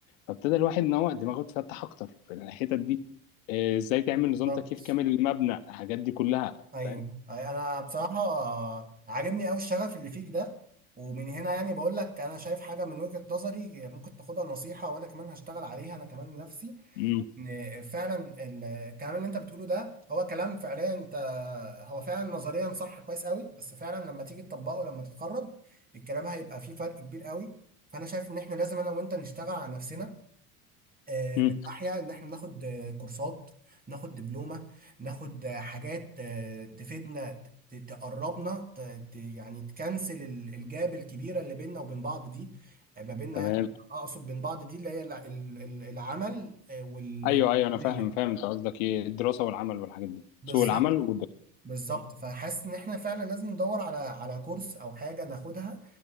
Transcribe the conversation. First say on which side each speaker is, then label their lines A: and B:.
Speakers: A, on the left (about 65°); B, on the right (about 20°).
A: فابتدى الواحد ان هو دماغه تفتح اكتر في الحتت دي آه، ازاي تعمل نظام
B: بالظبط
A: تكييف كامل للمبنى الحاجات دي كلها
B: ايوه
A: فاهم
B: انا بصراحه عاجبني قوي الشغف اللي فيك ده ومن هنا يعني بقول لك انا شايف حاجه من وجهه نظري ممكن تاخدها نصيحه وانا كمان هشتغل عليها انا كمان نفسي
A: امم
B: ان فعلا الكلام اللي انت بتقوله ده هو كلام فعليا انت هو فعلا نظريا صح كويس قوي بس فعلا لما تيجي تطبقه لما تتخرج الكلام هيبقى فيه فرق كبير قوي فانا شايف ان احنا لازم انا وانت نشتغل على نفسنا آه،
A: امم
B: من ناحية إن إحنا ناخد آه، كورسات ناخد دبلومة ناخد آه، حاجات آه، تفيدنا ت- ت- تقربنا ت- ت- يعني تكنسل ال- الجاب الكبيرة اللي بيننا وبين بعض دي آه، ما بيننا
A: تمام
B: يعني أقصد بين بعض دي اللي هي الع- ال- ال- العمل آه، والكلية
A: ايوه ايوه انا فاهم فاهم انت قصدك ايه الدراسه والعمل والحاجات دي
B: بالظبط
A: سوق العمل والدراسه
B: بالظبط فحاسس إن إحنا فعلا لازم ندور على على كورس أو حاجة ناخدها